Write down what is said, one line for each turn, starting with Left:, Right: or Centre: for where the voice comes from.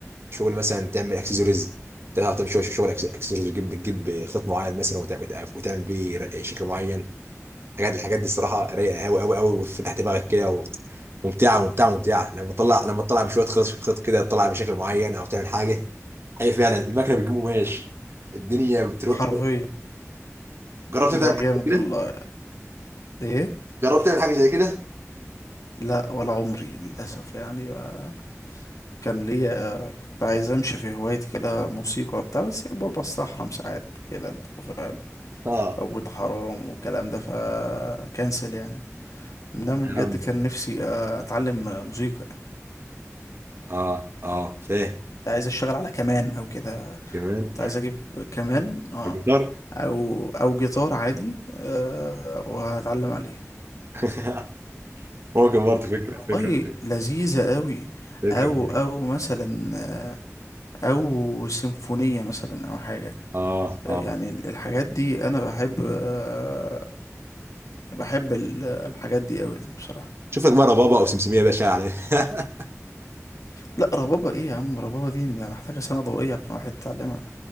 Right: شغل مثلا تعمل اكسسوارز تعرف تعمل شغل شغل اكسسوارز وتجيب تجيب خيط معين مثلا وت- وت- وتعمل بيه ر- شكل معين الحاجات الحاجات دي الصراحه رايقه قوي قوي قوي وفتح دماغك كده و- ممتعه ممتعه ممتعه لما تطلع لما تطلع بشويه خيط خيط كده تطلع بشكل معين او تعمل حاجه هي فعلا المكنه بتجيب قماش الدنيا بتروق
Left: حرفيا
Right: جربت
Left: لا
Right: تعمل
Left: جامد
Right: حاجه كده
Left: والله ايه
Right: جربت تعمل حاجه زي كده
Left: لا ولا عمري للأسف يعني ما- كان ليا كنت عايز امشي في هواية كده موسيقى وبتاع بس بستحرم ساعات كده انت فاهم
Right: اه
Left: عبود حرام والكلام ده فكنسل يعني انما بجد
Right: يا عم
Left: كان نفسي آه، اتعلم آه، موسيقى يعني
Right: اه اه فاهم
Left: كنت عايز اشتغل على كمان او كده
Right: كمان
Left: كنت عايز اجيب كمان اه
Right: <laughs> الجيتار
Left: او او جيتار عادي آه وهتعلم عليه
Right: <laughs> ممكن برضه فكرة
Left: والله
Right: فكرة فكرة
Left: لذيذة قوي
Right: فكرة
Left: او
Right: فكرة
Left: او مثلا آه، او سيمفونية مثلا او حاجة
Right: اه اه
Left: آه، يعني الحاجات دي انا بحب آه، بحب ال- الحاجات دي قوي يعني بصراحة
Right: شوف لك بقى ربابة او سمسمية يا باشا عليه <laughs>
Left: لا ربابة ايه يا عم ربابة دي ده محتاجة سنة ضوئية عشان واحد يتعلمها